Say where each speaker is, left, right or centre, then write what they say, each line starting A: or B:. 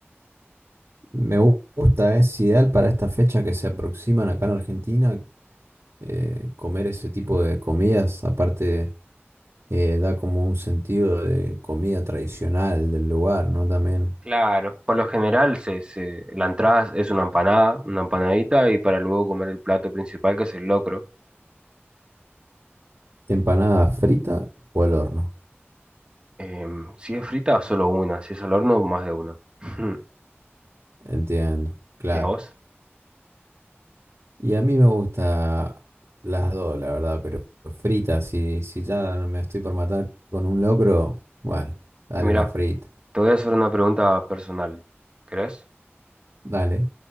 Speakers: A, on the right (about 80°); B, on the right (about 25°).
A: Me gu- gusta, es ideal para esta fecha que se aproximan acá en Argentina. eh, comer ese tipo de comidas, aparte, eh, da como un sentido de comida tradicional del lugar, ¿no? También
B: Claro, por lo general se, se- la entrada es una empanada, una empanadita y para luego comer el plato principal que es el locro.
A: empanada frita o al horno.
B: Em, si es frita, solo una, si es al horno, más de una. <laughs>
A: Entiendo, claro.
B: ¿Y a vos?
A: Y a mí me gusta las dos, la verdad, pero fritas, si, si ya no me estoy por matar con un locro, bueno, dale
B: Y mira,
A: una frita,
B: te voy a hacer una pregunta personal, ¿querés?
A: dale.